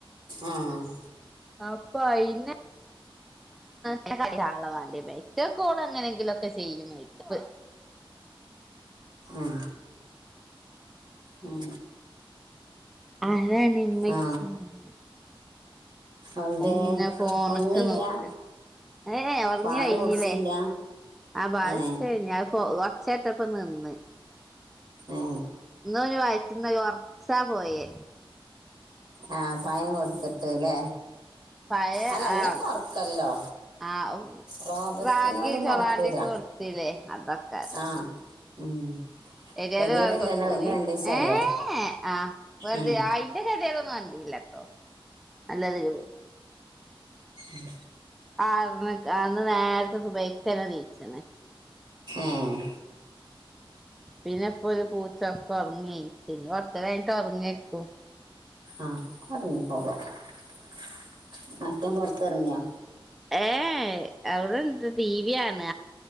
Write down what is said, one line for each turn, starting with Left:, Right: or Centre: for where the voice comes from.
Right: ആഹ്
Centre: അപ്പൊ അയിന്നാ <unintelligible> ന്റെ മോള്എങ്ങനെങ്കിലുംക്കെ ചെയ്യും മേക്കപ്പ്
Right: ഉം ഉം
Centre: അതാ <unintelligible>
Right: ആ അവിടെ
Centre: തന്നെ ഫോണൊക്കെ
Right: ഉറങ്ങിയില്ല
Centre: നോക്ക ഏ ഉറങ്ങി
Right: പാല്
Centre: കഴിഞ്ഞില്ലേ
Right: കുടിച്ചില്ല
Centre: <unintelligible>
Right: ഏ
Centre: ചേട്ടപ്പ നിന്ന്
Right: ഏ
Centre: ഇന്ന് വായിറ്റന്ന് കൊർച പോയേ
Right: ആഹ് പയം കൊടുത്തിട്ട്ല്ലേ
Centre: പയ
Right: അല്ല ഇന്നൊക്കെ
Centre: ആത്
Right: ഉറക്കല്ലോ
Centre: ആഹ്
Right: റോബസ്റ്റിനോടൊന്നും
Centre: റാഗി ചൊളാന്റെക്കെ
Right: ഉറക്കൂല
Centre: കൊടുത്തില്ലേ അതൊക്കാര
Right: ആ ഉം
Centre: എരിതക്ക
Right: ഗതികേടില്ലല്ലോ
Centre: പോയി
Right: പിന്നെ രണ്ടു ദിവസായില്ലേ
Centre: ഏഹ് ആ വത
Right: ഉം
Centre: അയിന്റെ കഥ <unintelligible> ല്ലട്ടോ നല്ലതില്
Right: ഉം
Centre: ആ അന്ന് നേരത്തെ സുബൈക്ക് തന്നെ നീച്ചണ്
Right: ഏഹ്
Centre: പിന്നെ ഇപ്പൊ ഒരു പൂച്ചൊറക്കെ ഉറങ്ങിച്ച കുറച്ച് കഴിഞ്ഞട്ട് ഉറങ്ങിക്കും
Right: ആഹ് ഒറങ്ങിക്കോളുംമറ്റോൻ പൊറത്ത് ഇറങ്ങിയാ
Centre: ഏയ് അവിടെണ്ട് ടീവി കാണ്ക